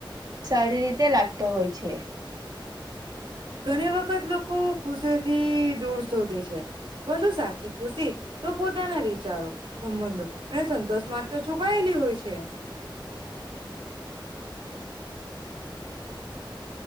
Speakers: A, on the right; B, on the right.
A: સારી રીતે લાગતા હોય છે
B: ઘણી વખત લોકો ખુશેથી દૂર શોધે છે પરંતુ સાચી ખુશી તો પોતાના વિચારો સંબંધો અને સંતોષમાં તો છુપાયેલી હોય છે